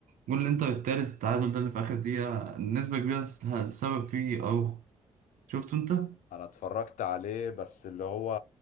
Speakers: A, on the right (about 75°); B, on the left (about 70°).
A: جول الإنتر التالت التعادل ده اللي في آخر دقيقة نسبة كبيرة السبب فيه أروخو شفته أنت؟
B: انا اتفرجت عليه بس اللي هو